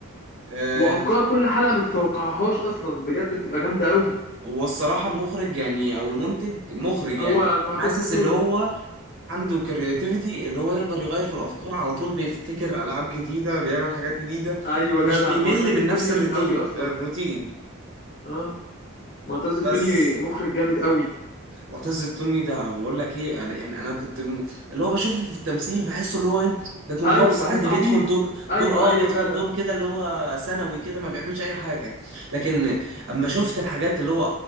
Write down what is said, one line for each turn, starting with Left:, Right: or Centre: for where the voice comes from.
Right: آم،
Left: وأفكار كل حلقة ما تتوقعهاش أصلا بجد بتبقى جامدة أوي
Right: والصراحة المخرج يعني او المنتج مخرج يعني
Left: هو معتز
Right: حاسس
Left: التوني
Right: اللي هو عنده كرياتيفيتي اللي هو يقدر يغير في الافكار على طول بيفتكر العاب جديدة بيعمل حاجات جديده
Left: أيوة
Right: مش
Left: جدع
Right: بيمل
Left: معتز
Right: بنفس
Left: التوني جامد
Right: الروتين
Left: أوي أصلا
Right: الروتين
Left: اه معتز
Right: بس
Left: التوني مخرج جامد أوي
Right: معتز التوني ده بقول لك ايه انا يعني انا كنت من- اللي هو بشوفه في التمثيل بحسه اللي هو ايه ده كومبارس
Left: أيوة بحس
Right: عادي
Left: عبيط
Right: بيدخل دور
Left: أيوة
Right: دور اه
Left: أيوة
Right: بيدخل
Left: جدع
Right: دور كده اللي هو ثانوي كده ما بيعملش اي حاجه لكن اما شفت الحاجات اللي هو